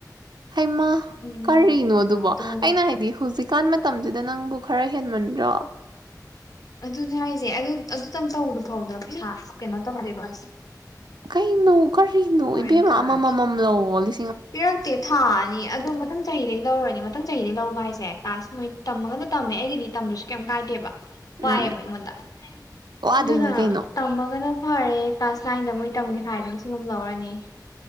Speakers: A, on the right; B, on the left.
A: ꯍꯩꯃꯥ
B: ꯎꯝ
A: ꯀꯔꯤꯅꯣ ꯑꯗꯨꯕꯣ
B: ꯑꯝꯇꯕꯨ
A: ꯑꯩꯅ ꯍꯥꯏꯗꯤ ꯍꯧꯖꯤꯛꯀꯥꯟ ꯃꯇꯝꯁꯤꯗ ꯅꯪꯕꯨ ꯈꯔ ꯍꯦꯟꯕ ꯃꯟꯗ꯭ꯔꫭ
B: ꯑꯗꯨꯅꯦ ꯍꯥꯏꯁꯦ ꯑꯗꯨ ꯑꯗꯨꯇꯪ ꯇꯧꯕꯗ ꯐꯥꯎꯗ ꯄꯩꯁꯥ ꯀꯩꯅꯣ ꯇꯧꯗꯦꯕ
A: ꯀꯩꯅꫭ ꯀꯔꯤꯅꯣ
B: ꯍꯣꯔꯦꯟ
A: ꯏꯕꯦꯝꯃ
B: ꯊꯥꯔꯒꯦ
A: ꯑꯃ ꯃ ꯃꯝ ꯂꯧꯑꫭ
B: ꯄꯤꯔꯛꯇꯦ ꯊꯥ ꯑꯗꯣ ꯃꯊꯪ ꯆꯍꯤꯗꯒꯤ ꯂꯧꯔꯅꯤ ꯃꯊꯪ ꯆꯍꯤꯗꯩ ꯂꯧꯕ ꯍꯥꯏꯁꯦ <unintelligible> ꯃꫭꯏ ꯇꯝꯃꯒꯅ ꯇꯝꯃꯦ ꯑꯩꯒꯤꯗꯤ ꯇꯝꯗ꯭ꯔꯁꯨ ꯀꯩꯝ ꯀꯥꯏꯗꯦꯕ
A: ꯎꯝ
B: ꯋꯥꯏꯑꯦꯕ ꯑꯩꯉꯣꯟꯗ
A: ꯋꯥꯗꯣꯏꯅꯤ
B: ꯑꯗꯨꯅ
A: ꯀꯩꯅꯣ
B: ꯇꯝꯃꯒꯅ ꯐꯔꯦ ꯀ꯭ꯂꯥꯁ ꯅꯥꯏꯟꯗ ꯃꯣꯏ ꯇꯝꯒꯦ ꯍꯥꯏꯔꯗꯤ ꯂꯤꯁꯤꯡ ꯑꯃ ꯂꯧꯔꯅꯤ